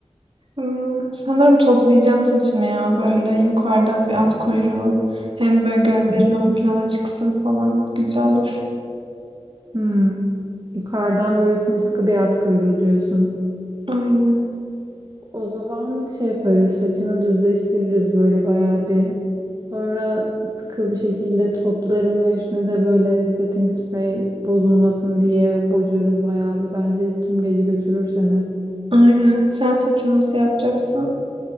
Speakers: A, on the right; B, on the right.
A: Hmm, sanırım toplayacağım saçımı ya böyle yukarıdan bir at kuyruğu hem böyle gözlerim
B: <laughs> Hı.
A: ön plana çıksın falan güzel olur.
B: Hmm. Yukarıdan böyle sımsıkı bir at kuyruğu diyorsun.
A: Aynen.
B: O zaman şey yaparız, saçını düzleştiririz böyle bayağı bir. Sonra sıkı bir şekilde toplarım ve üstüne de böyle setting spray bozulmasın diye bocarız bayağı bir. Bence tüm gece götürür seni.
A: Aynen. Sen saçını nasıl yapacaksın?